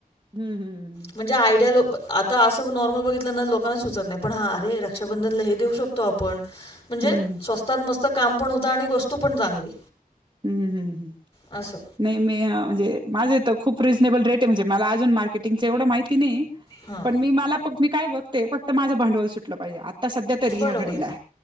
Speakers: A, on the right (about 30°); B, on the left (about 35°).
A: हम् हम्.
B: म्हणजे आयडिया लो आता असं नॉर्मल बघितलं ना लोकांना सुचत नाही पण हां अरे रक्षाबंधन ला हे देऊ शक तो आपण, म्हणजे
A: हम्म
B: स्वस्तात मस्त काम पण होत आणि वस्तू पण चांगली.
A: हम्म हम्म.
B: असं.
A: नाही मी म्हणजे माझे तर खूप रिझनेबल रेट हे, म्हणजे मला अजून मार्केटिंगच एवढं माहिती नाही
B: हां.
A: पण मी मला मी काय बघते फक्त माझ्या भांडवल सुटलं पाहिजे आ आता सध्या तरी
B: बरोबर
A: ह्या घडीला,
B: आहे,